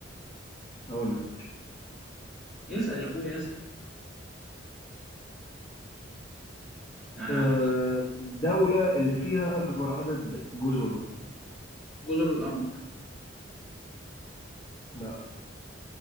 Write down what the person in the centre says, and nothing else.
يسأل يا اخويا يسأل يعني
عارف
جزر القمر